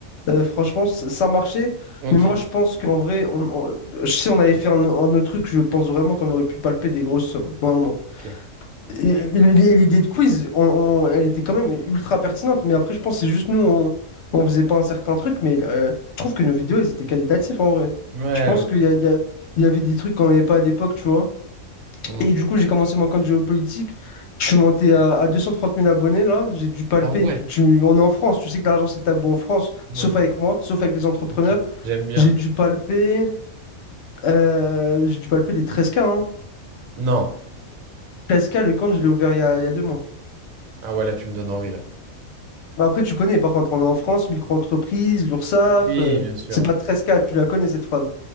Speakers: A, on the left; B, on the right.
A: Euh, franchement, ça, ça marchait.
B: Ok,
A: Mais moi, je pense qu'en vrai, on, on- si on avait fait un, un autre truc, je pense vraiment qu'on aurait pu palper des grosses sommes. Vraiment.
B: ok.
A: Et- et L'idée de quiz, on- on- elle était quand même ultra pertinente, mais après, je pense que c'est juste nous, on, on faisait pas un certain truc, mais euh, je trouve que nos vidéos, elles étaient qualitatives en vrai.
B: Ouais,
A: Je pense
B: ok.
A: qu'il y a- il y a- il y avait des trucs qu'on n'avait pas à l'époque, tu vois.
B: Hmm.
A: Et du coup, j'ai commencé mon compte géopolitique. Je suis monté à, à 230 000 abonnés, là. J'ai dû palper.
B: Ah ouais,
A: Tu, on est en France, tu sais que l'argent, c'est tabou en France, sauf
B: ouais,
A: avec moi, sauf avec les entrepreneurs.
B: ok. J'aime bien.
A: J'ai dû palper, euh, j'ai dû palper les 13K, hein.
B: Non.
A: 13K, le compte, je l'ai ouvert il y a, il y a deux mois.
B: Ah ouais, là, tu me donnes envie, là.
A: Mais après, tu connais, par contre, on est en France, micro-entreprise, l'URSSAF,
B: Oui,
A: euh,
B: bien sûr,
A: c'est pas treize k tu la connais cette phrase.